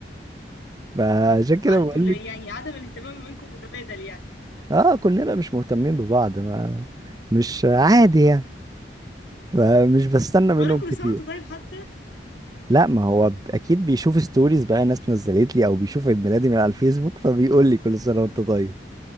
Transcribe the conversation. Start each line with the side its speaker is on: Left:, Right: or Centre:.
Right: فعشان كده
Left: انتوا
Right: بقول
Left: اللي
Right: لك
Left: يعني عدم الاهتمام ما بينكم متبادل يعني
Right: اه كلنا مش مهتمين ببعض ما مش عادي يعني فمش بستنى منهم
Left: ولا كل
Right: كتير
Left: سنة وانت طيب حتى
Right: لا ما هو ب- اكيد بيشوف ستوريز بقى ناس نزلت لي او بيشوف عيد ميلادي من على الفيسبوك فبيقول لي كل سنة وانت طيب